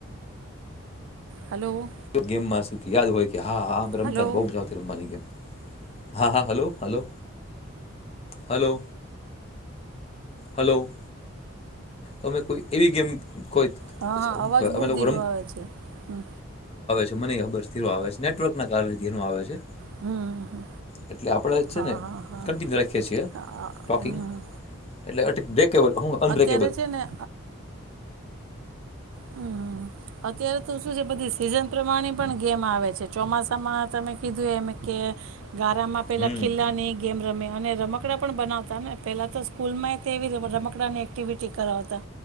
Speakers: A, on the right; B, on the left.
A: હલો
B: તો ગેમમાં શું? યાદ હોય ક્યા? હા હમે રમતા
A: હલો
B: ને, બઉ મજા આવતી રમવાની ગેમ. હા હા હલો હલો હલો હલો અમે કોઈ એવી ગેમ કોઈ.
A: હા હા
B: શું
A: અવાજ
B: કહેવાય
A: બહુ
B: અમે લોકો
A: ધીરો આવે છે, હ
B: મનેય ખબર છે. ધીમો આવે છે, નેટવર્કના કારણે ધીમો આવે છે,
A: હમ હમ હમ હમ.
B: એટલે આપણે છે
A: હા
B: ને
A: હા હા
B: કન્ટિન્યુ રાખીએ છીએ,
A: અ- અ-
B: ટોકિંગ
A: હમ.
B: એટલે અટકી બ્રેકેવ હું અનબ્રે
A: અત્યારે છે ને હમ અત્યારે તો શું છે બધી સીઝન પ્રમાણી પણ ગેમ આવે છે. ચોમાસામાં તમે કીધું એ એમ કે ગારામાં પહેલાં
B: હમ
A: ખિલ્લાની ગેમ રમે અને રમકડા પણ બનાવતા ને પહેલાં તો સ્કૂલમાં તેવી રમકડાની એક્ટિવિટી કરાવતા.